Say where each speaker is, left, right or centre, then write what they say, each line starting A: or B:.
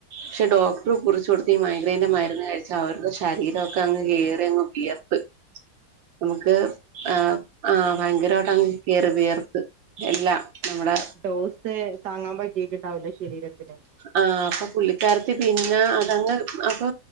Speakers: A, on the right; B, on the right.
A: ക്ഷെ ഡോക്ടറ് കുറിച്ച് കൊടുത്ത ഈ മൈഗ്രിന്റെ മരുന്ന് കയിച്ചാ അവർടെ ശരീര ഒക്കെ അങ്ങ് കേറിയങ്ങ് വിയർത്ത് നമുക്ക് ആഹ് ആഹ് ഭയങ്കരമായിട്ടങ് കേറി വിയർത്ത് എല്ലാ നമ്മുടെ
B: ഡോസ് താങ്ങാൻ പറ്റീട്ട്ണ്ടാവ് ല ശരീരത്തിന്
A: ആഹ് അപ്പൊ പുള്ളിക്കാരത്തി പിന്നെ അതങ്ങ് അപ്പൊ